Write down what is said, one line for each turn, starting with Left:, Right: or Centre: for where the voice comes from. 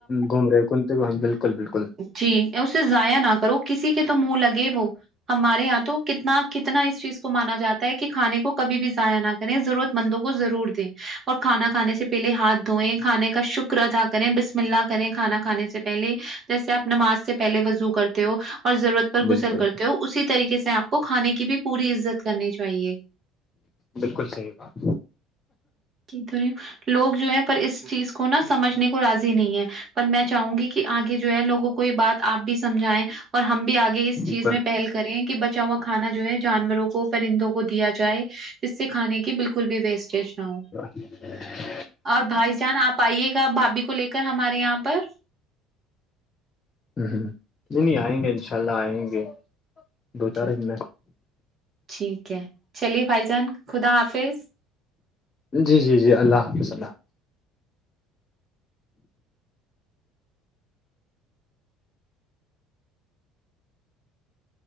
Left: گھوم رہے کنتے گ بالکل بالکل
Right: جی یا اسے ضائع نہ کرو کسی کے تو منہ لگے وہ ہمارے یہاں تو کتنا کتنا اس چیز کو مانا جاتا ہے کہ کھانے کو کبھی بھی ضائع نہ ضرورت مندوں کو ضرور دیں اور کھانا کھے سے پہلے ہاتھ دھوئیں کھانے کا شکر ادا کریں بسپ ملا کریں کھانا کھانے سے پہلے جیسے آپ نماز سے پہلے وضوع کرتے ہو اور ضرورت پر
Left: بالکل
Right: گسل کرتے ہو اسی طریقے سے آپ کو کھانے کی بھی پوری عزت کرنی چاہیے
Left: بالکل صحی بات
Right: تو لوگ جو ہے پر اس چیز کو نا سمجھنے کو راضی نہیں ہے پر میں چاہوں گی کہ آگے جو ہے لوگوں کو یہ بات آپ بھی سمجھائیں اور ہم بھی آگے اس
Left: بالکل
Right: چیز میں پہل کر کریں کہ بچا ہوا کھانا جو ہے جانوروں کو پرندوں کو دیا جائے جس سے کھانے کی بالکل بالکل بھی ویسٹیج نہ ہو
Left: ہاں
Right: اور بھائی جان آپ آئیے گا بھابھی کو لے کر ہمارے یہاں پر
Left: ہ ہ نہیں نہیں آئیں گے ان شاء اللہ آئیں گے دو چار
Right: جی
Left: د میں
Right: ٹھیک ہے چلیے بھائی جان خدا حافظ
Left: جی جی جی اللہ حافظ اللہ